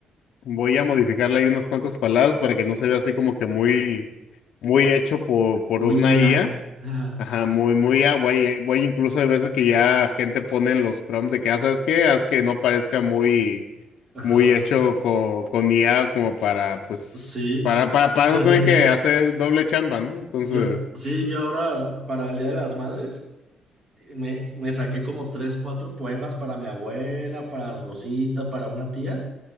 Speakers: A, on the left (about 75°); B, on the right (about 40°).
A: voy a modificarle ahí unas cuantas palabras para que no se vea así como que muy muy hecho por, por
B: Muy
A: una IA.
B: IA. <laughs>
A: Ajá, muy, muy, a- voy, voy incluso hay veces que ya gente pone en los prompts de que, ah, ¿sabes qué? Haz que no parezca muy,
B: Ajá,
A: muy hecho con, con IA como para, pues,
B: sí.
A: para, para, para
B: <laughs>
A: no tener que hacer doble chamba, ¿no? Entonces,
B: Yo, sí, yo ahora para el Día de las Madres me, me saqué como tres, cuatro poemas para mi abuela, para Rosita, para una tía.